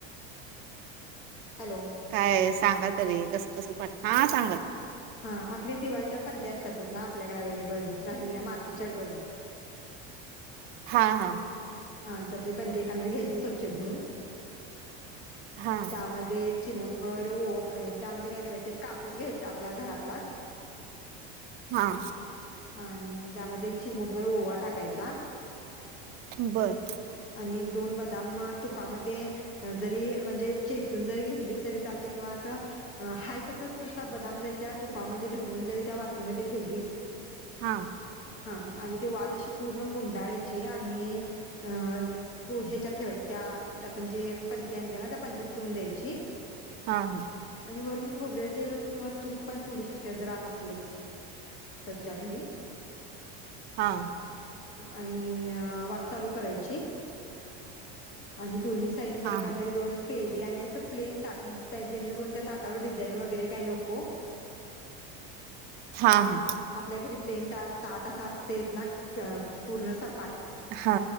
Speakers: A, on the left; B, on the right.
A: हॅलो.
B: काय सांगा तरी कस तसंट हा सांगा. <inaudible> <unintelligible>
A: हा आपली दिवाळीच्या पंते असतातच ना आपल्याकडे अवे्लेबल राहिलेल्या मातीच्या ग.
B: हा हा.
A: हां तसले पण ते एकंदी घ्यायची स्वच्छ धवून.
B: हा.
A: त्यामध्ये चिमुटबर त्यामध्ये काय करायचं कापूस घ्यायचा आपल्या घरातलाच.
B: हा.
A: आणि त्यामध्ये एक चीमुटभर ओवा टाकायचा.
B: बरं.
A: आणि दोन बदाम तुपामध्ये जरी म्हणजे चेचून जरी घेतलीस तरी चालते किंवा असं हा तसच नुसता बदाम जरी त्या तुपामध्ये ढवळून जरी त्या वातीमध्ये ठेवलीच.
B: हा.
A: हा आणि ते वात अशी पूर्ण गुंडाळाची आणि अ प ह्याच्यात त्या आपण पंथी आणल्या ना, त्या पंथीत ठेवून द्यायची.
B: हा हा.
A: आणि वरून खोबरेल ते किंवा तूप पण सोडू शेकटेस. तर तुझ्या घरी.
B: हा.
A: आणि वात चालू करायची आणि दोन्ही साईटला
B: हा
A: एखाद्या वेळी पेली आणि प्लेन ताट असं म्हणजे त्यां जणेकरून त्या ताटावर डिझाईन वगैरे काय नको.
B: हा हा.
A: आपल्या ताट असं असतेच ना पूर्ण सपाट.
B: हा